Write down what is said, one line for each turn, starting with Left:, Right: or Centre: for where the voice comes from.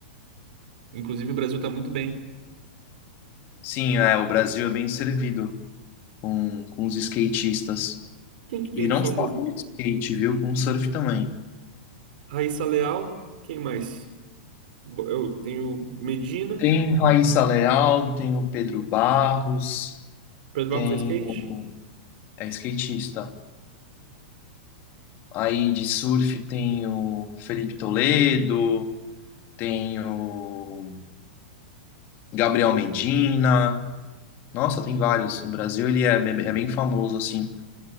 Right: Inclusive, o Brasil tá muito bem.
Left: Sim, é, o Brasil é bem servido com, com os skatistas.
Right: Quem que
Left: E
Right: tem
Left: não
Right: de famoso?
Left: só skate, viu? Com o surf também.
Right: Raíssa Leal. Quem mais? Bo- Eu tenho Medina.
Left: Tem Raíssa Leal, tem o Pedro Barros,
Right: Pedro Barros
Left: tem
Right: é skate?
Left: o... É skatista. Aí de surf tem o Felipe Toledo, tem o Gabriel Medina. Nossa, tem vários. O Brasil, ele é, bem- é bem famoso, assim.